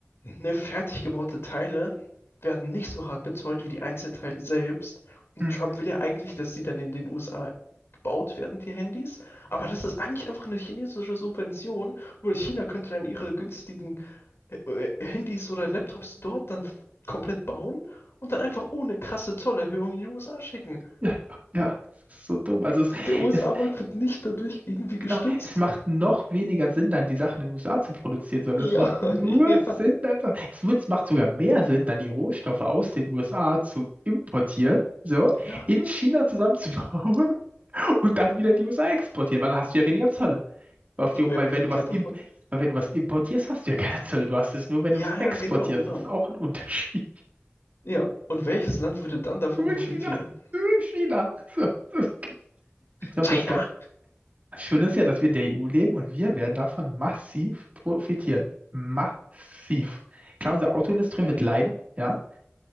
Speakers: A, on the left; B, on the right.
A: Ne, fertig gebaute Teile werden nicht so hart bezollt wie die Einzelteile selbst. Und
B: Hm.
A: Trump will ja eigentlich, dass sie dann in den USA gebaut werden, die Handys. Aber das ist eigentlich einfach eine chinesische Subvention, weil China könnte dann ihre günstigen äh, äh, Handys oder Laptops dort dann f- komplett bauen und dann einfach ohne krasse Zollerhöhung in die USA schicken.
B: Ja, ja, das ist so dumm. Also es,
A: D- Der USA-Markt
B: es
A: wird nicht dadurch irgendwie gestützt.
B: Genau, es macht noch weniger Sinn, dann die Sachen in den USA zu produzieren, sondern
A: Ja,
B: es macht nur
A: <laughs> ja.
B: Sinn, dann, so, es wird, es macht sogar mehr Sinn, dann die Rohstoffe aus den USA zu importieren, so,
A: Ja.
B: in China zusammenzubauen <laughs> und dann wieder in die USA exportieren, weil dann hast du ja weniger Zölle. Weil, auf
A: So,
B: die,
A: und
B: weil
A: wer profitiert
B: wenn du was imp,
A: davon?
B: weil wenn du was importierst, hast du ja keine Zölle. Du hast es nur, wenn
A: Ja,
B: du es
A: ja,
B: exportierst.
A: genau, genau.
B: Das ist auch ein Unterschied.
A: Ja, und welches Land würde dann davon
B: Nur
A: profitieren?
B: China, nur China. So, so. Das ist auch
A: China!
B: das, Ge- Schön ist ja, dass wir in der EU leben und wir werden davon massiv profitieren. Massiv. Klar, unsere Autoindustrie wird leiden, ja,